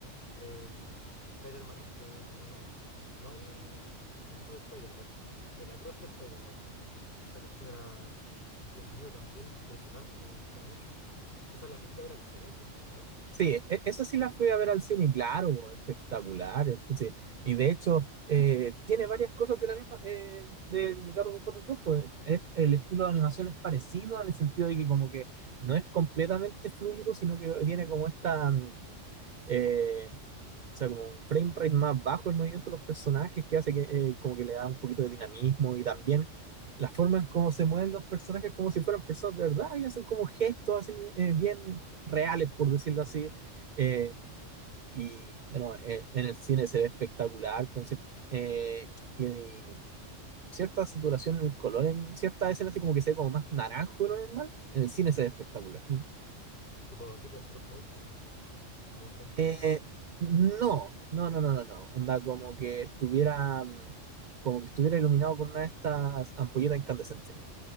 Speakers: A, on the left; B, on the right.
A: el Spider-Man este animado. No el Into the Spider-Verse. El Across the Spider-Verse. Que esa cuestión era, Dios mío, también impresionante. Me gustó mucho. Esa la fuiste a ver al cine, po, ¿o no?
B: Sí, e- e, esa sí la fui a ver al cine, y claro, espectacular. eh, sí. Y de hecho, eh, tiene varias cosas de la misma, eh, del Gato con Botas 2, pues, es- el estilo de animación es parecido en el sentido de que como que no es completamente fluido, sino que tiene como esta, mm, eh, O sea, como un frame rate más bajo el movimiento de los personajes que hace que eh, como que le da un poquito de dinamismo y también la forma en cómo se mueven los personajes como si fueran personas de verdad y hacen como gestos así eh, bien reales, por decirlo así. Eh, y bueno, eh, en el cine se ve espectacular con cier- eh, y, y cierta saturación en el color en ciertas escenas, así como que se ve como más naranjo de lo normal. En el cine se ve espectacular.
A: Sí. Tipo, tipo stop motion, ¿no? Esa, como frame cortado.
B: Eh, no, no, no, no, no, no. Onda como que estuviera, mm, como que estuviera iluminado con una de estas ampolletas incandescentes.